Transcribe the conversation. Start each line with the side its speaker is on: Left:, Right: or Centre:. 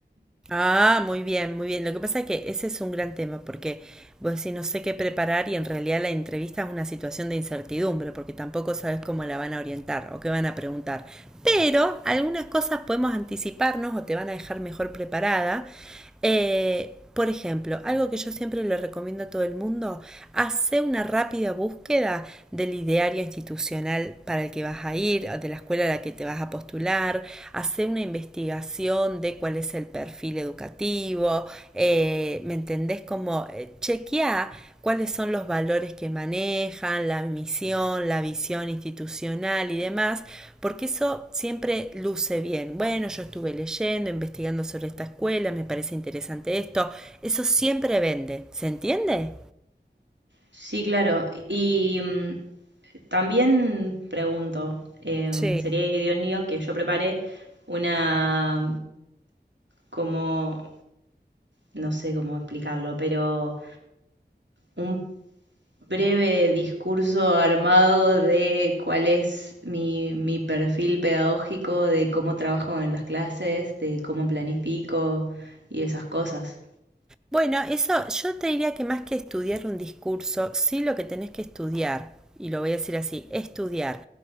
Centre: Ah, muy bien, muy bien. Lo que pasa es que ese es un gran tema, porque vos decís no sé qué preparar y en realidad la entrevista es una situación de incertidumbre, porque tampoco sabes cómo la van a orientar o qué van a preguntar. Pero algunas cosas podemos anticiparnos o te van a dejar mejor preparada. Eh, por ejemplo, algo que yo siempre le recomiendo a todo el mundo, hace una rápida búsqueda del ideario institucional para el que vas a ir, o de la escuela a la que te vas a postular curricular, hacer una investigación de cuál es el perfil educativo, eh, ¿me entendés? Como chequear cuáles son los valores que manejan, la misión, la visión institucional y demás, porque eso siempre luce bien. Bueno, yo estuve leyendo, investigando sobre esta escuela, me parece interesante esto, eso siempre vende, ¿se entiende?
Right: Sí, claro. Y mm, También pregunto, em,
Centre: Sí,
Right: sería idóneo que yo prepare una, como, no sé cómo explicarlo, pero un breve discurso armado de cuál es mi, mi perfil pedagógico, de cómo trabajo en las clases, de cómo planifico y esas cosas.
Centre: Bueno, eso yo te diría que más que estudiar un discurso, sí lo que tenés que estudiar, y lo voy a decir así, estudiar